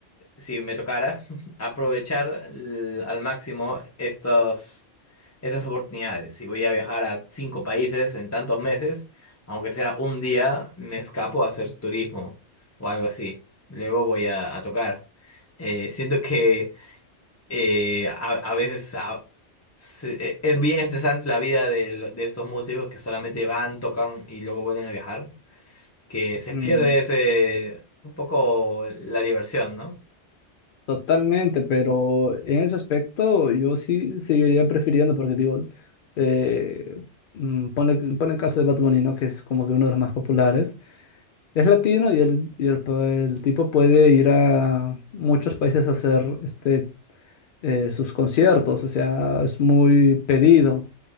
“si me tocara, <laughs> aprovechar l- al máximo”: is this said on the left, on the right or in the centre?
Left